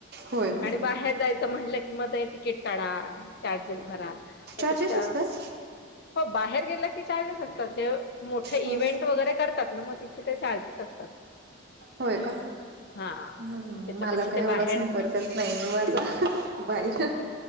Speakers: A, on the right (about 50°); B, on the left (about 50°).
A: होय ना
B: आणि बाहेर जायचं. म्हटलं की मग तिकीट काढा चार्जेस भरा त्यापेक्षा.
A: चार्जेस असतात
B: हो बाहेर गेला की चार्जेस असतात जे मोठे
A: हो
B: इव्हेंट वगैरे करतात. मग तिथे ते चार्जेस असतात.
A: होय का.
B: हा
A: हम्
B: मग त्याच्यापेक्षा
A: मला काय
B: ते
A: एवढा
B: बाहेर
A: संपर्कच नाही माझा बाहेर.